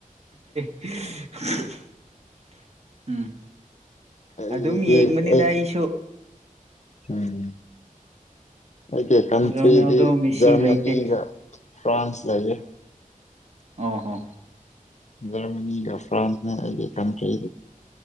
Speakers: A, on the right (about 50°); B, on the left (about 55°).
A: <unintelligible> ꯎꯝ
B: ꯑꯩꯗꯤ
A: ꯑꯗꯨꯝ ꯌꯦꯡꯕꯅꯤꯗ
B: ꯑꯩ
A: ꯑꯩꯁꯨ
B: ꯎꯝ ꯑꯩꯒꯤ ꯀꯟꯇ꯭ꯔꯤꯗꯤ
A: ꯔꯣꯅꯦꯜꯗꯣ ꯃꯦꯁꯤ
B: ꯖꯔꯃꯅꯤꯒ
A: ꯂꯩꯇꯦ
B: ꯐ꯭ꯔꯥꯟꯁ ꯂꯩꯌꯦ
A: ꯑ ꯍꯣ
B: ꯖꯔꯃꯅꯤꯒ ꯐ꯭ꯔꯥꯟꯁꯒꯤ ꯀꯟꯇ꯭ꯔꯤ